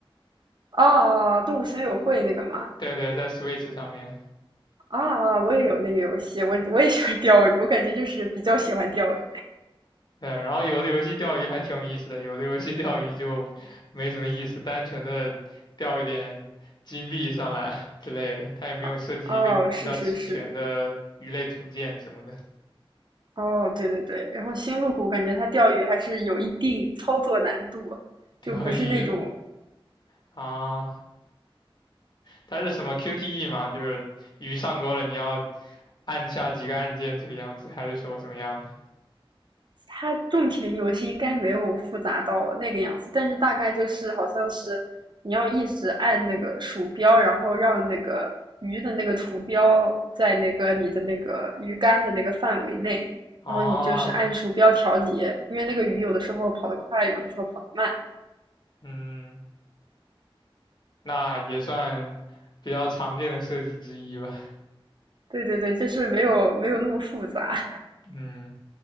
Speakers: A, on the right (about 55°); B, on the left (about 50°).
A: 哦，哦哦动物森友会那个吗？
B: 对对，在 Switch 上面。
A: 啊，啊我也有那个游戏，我我也喜欢钓鱼，我感觉就是比较喜欢钓鱼
B: 对，然后有的游戏钓鱼还挺有意思的，有的游戏钓鱼就没什么意思，单纯的钓一点金币上来 <laughs> 之类的，它也没有设计一个比较齐全的鱼类图鉴什么的。
A: 啊。哦，是是是，哦，对对对。然后星露谷感觉它钓鱼还是有一定操作难度，
B: 钓鱼
A: 就不是那种
B: 啊，它是什么 QTE 吗？就是鱼上钩了，你要按下几个按键这个样子，还是说什么样的？
A: 它种田游戏应该没有复杂到那个样子，但是大概就是好像是你要一直按那个鼠标，然后让那个鱼的那个图标在那个你的那个鱼竿的那个范围内，
B: 啊，
A: 然后你就是按鼠标调节，因为那个鱼有的时候跑得快，有的时候跑得慢。
B: 嗯，那也算比较常见的设计之一吧。
A: 对对对，就是没有没有那么复杂。
B: 嗯，